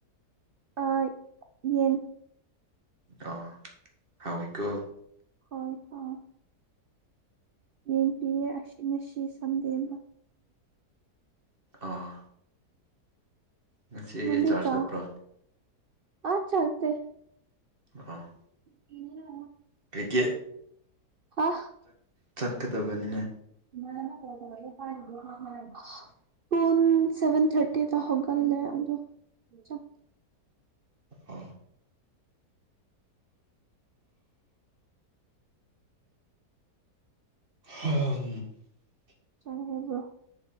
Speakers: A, on the right (about 85°); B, on the right (about 35°).
A: ꯑ ꯌꯦꯟ
B: ꯑ ꯍꯥꯎꯥꯎ ꯏꯀꯣ
A: ꯍꯣꯏ ꯍꯣꯏ ꯌꯦꯡ ꯄꯤꯌꯦ ꯑꯁꯤꯅ ꯁꯤ ꯁꯝꯗꯦꯕꯒ
B: ꯑꯥ ꯉꯁꯤ
A: ꯅꯪꯗꯤ
B: ꯆꯥꯔꯖ
A: ꯆꯥ
B: ꯆꯠꯄ꯭ꯔꯣ
A: ꯑꯥ ꯆꯔꯇ
B: ꯑ
A: ꯎꯅ
B: ꯀꯩꯀꯦ
A: ꯍꯥ
B: ꯆꯠꯀꯗꯕꯅꯤꯅꯦ
A: ꯅ ꯀ ꯍꯥꯏ ꯄꯟ ꯁꯚꯦꯟ ꯊꯥꯔꯇꯤꯗ ꯍꯧꯒꯂꯦ ꯑꯗꯣ ꯆ
B: ꯑ ꯑ
A: ꯆꯪꯕ꯭ꯔꯣ